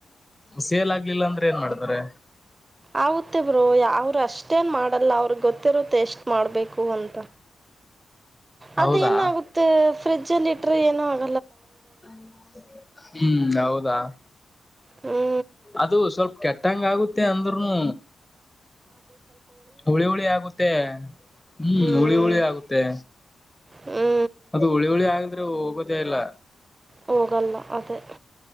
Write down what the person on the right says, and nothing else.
ಆಗುತ್ತೆ ಬ್ರೋ ಅವರು ಅಷ್ಟೇನ್ ಮಾಡಲ್ಲ ಅವ್ರ ಗೊತ್ತಿರುತ್ತೆ ಎಷ್ಟ ಮಾಡ್ಬೇಕು ಅಂತ ಅದ
ಏನ ಆಗುತ್ತೆ ಫ್ರಿಜ್ ಅಲ್ಲಿ ಇಟ್ರೆ ಏನ <unintelligible>
ಹ್ಞೂ
ಹ್ಞೂ
ಹ್ಞೂ
ಹೋಗಲ್ಲ ಅದ